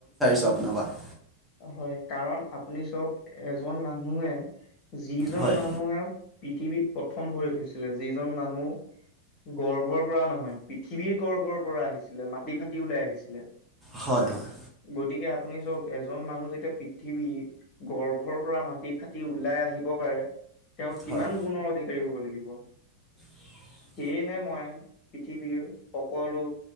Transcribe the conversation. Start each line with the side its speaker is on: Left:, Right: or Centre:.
Centre: স্বপনবা। <inaudible>
Left: হয় কাৰণ আপুনি চক এজন মানুহে। যিজন
Centre: হয়
Left: মানুহে, পৃথিৱীত প্ৰথম ভৰি থৈছিলে যিজন মানুহ। গৰ্ভৰ পৰা নহয়, পৃথিৱীৰ গৰ্ভৰ পৰা আহিছিলে মাটি ফাটি ওলাই আহিছিলে।
Centre: হয় হয়।
Left: গতিকে আপুনি চক। এজন মানুহ যেতিয়া পৃথিৱী, গৰ্ভৰ পৰা মাটি ফাটি ওলাই আহিব পাৰে। তেওঁ কিমান
Centre: হয়
Left: গুণৰ অধিকাৰী হ'ব লাগিব।
Centre: <unintelligible>
Left: সেয়েহে মই, পৃথিৱীৰ সকলো